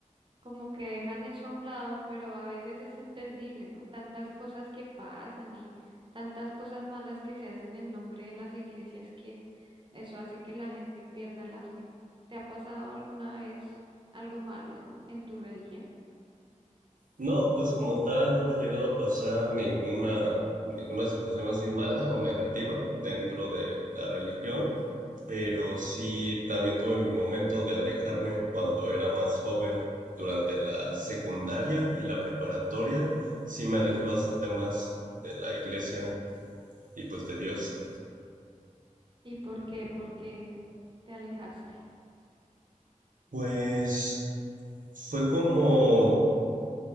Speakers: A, on the right; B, on the right.
A: como que dejan eso a un lado, pero a veces es entendible, ¿no? Tantas cosas que pasan y tantas cosas malas que se hacen en nombre de las iglesias que eso hace que la gente pierda la fe. ¿Te ha pasado alguna vez algo malo en, en tu religión?
B: No, pues como tal, no me ha llegado a pasar ninguna, ninguna situación así mala o negativa dentro de la religión. pero sí también tuve mi momento de alejarme cuando era más joven, durante la secundaria y la preparatoria, sí me alejé bastante más de la iglesia y pues de Dios.
A: ¿Y por qué? ¿Por qué te alejaste.
B: Pues fue como,